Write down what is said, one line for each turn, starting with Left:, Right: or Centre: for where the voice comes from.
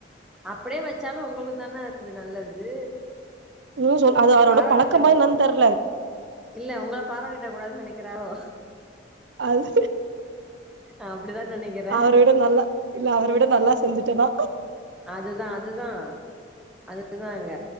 Centre: அப்டியே வச்சாலு உங்களுக்கு தான அது நல்லது
Right: ம் சொல் அது அவரோட
Centre: பாராட்டிட
Right: பழக்கமா என்னன் தெர்ல
Centre: இல்ல உங்கள பாராட்டிட கூடாதுன்னு நெனைக்கிறாரோ
Right: அது
Centre: அப்டிதா நெனைக்கிற
Right: அவர விட நல்லா இல்ல அவர விட நல்லா செஞ்சுட்டனா
Centre: அதுதா அதுதா அதுதாங்க